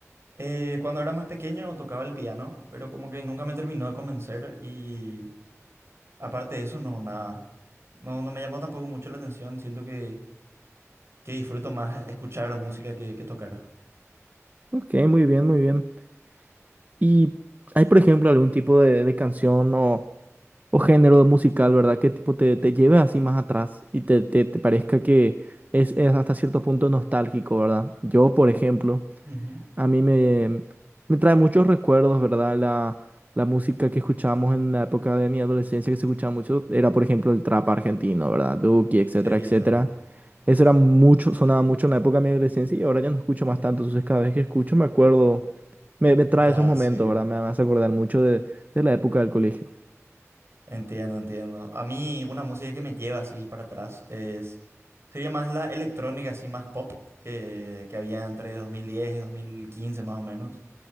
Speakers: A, on the right (about 55°); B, on the right (about 30°).
A: Eh, cuando era más pequeño tocaba el piano, pero como que nunca me terminó de convencer y aparte de eso, no, nada. No, no me llamó tampoco mucho la atención, siento que, que disfruto más escuchar música que, que tocar.
B: Ok, muy bien, muy bien. ¿Y hay, por ejemplo, algún tipo de, de canción o... o género musical, ¿verdad? Que tipo te, te lleve así más atrás y te, te, te parezca que es, es hasta cierto punto nostálgico, ¿verdad? Yo, por ejemplo,
A: Ujú.
B: a mí me, me trae muchos recuerdos, ¿verdad? La, la música que escuchábamos en la época de mi adolescencia, que se escuchaba mucho, era, por ejemplo, el trap argentino, ¿verdad? Duki, etcétera,
A: Sí,
B: etcétera.
A: ya.
B: Eso era mucho, sonaba mucho en la época de mi adolescencia y ahora ya no escucho más tanto, entonces cada vez que escucho me acuerdo, me, me trae
A: Ya,
B: esos momentos,
A: sí,
B: ¿verdad? Me hace acordar mucho de de la época del colegio.
A: entiendo, entiendo. A mí una música que me lleva así para atrás es, sería más la electrónica, así más pop, que, que había entre 2010 y 2015 más o menos.